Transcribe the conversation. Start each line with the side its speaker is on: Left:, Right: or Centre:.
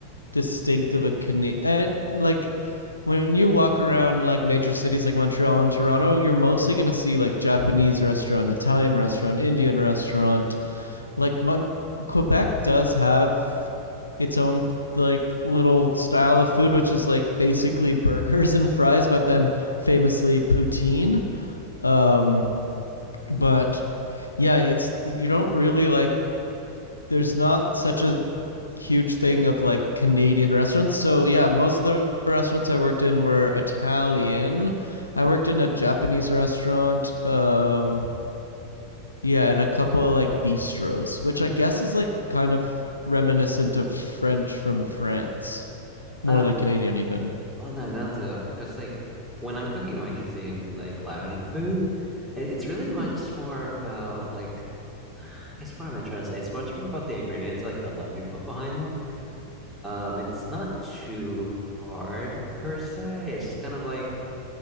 Left: distinctive a Canadian uh, like when you walk around like major cities like Montreal and Toronto, you're mostly gonna see like Japanese restaurant, Italian restaurant, Indian restaurant, like Mon- Quebec does have its own like little style of food, which is like basically <laughs> burgers and fries, but then famously poutine. Um, but yeah, it's you don't really like. There's not such a huge thing of like Canadian restaurants. So yeah, most of the restaurants I worked in were Italian. I worked in a Japanese restaurant. Um, yeah, and a couple of like bistros, which I guess is like kind of reminiscent of French from France, more
Centre: I,
Left: than Canadian even.
Centre: On that note, though, because like when I'm cooking my cuisine, like Latin food, it- it's really much more about like I guess what am I trying to say? It's much more about the ingredients, like the love you put behind it. Um, it's not too hard per se. It's just kind of like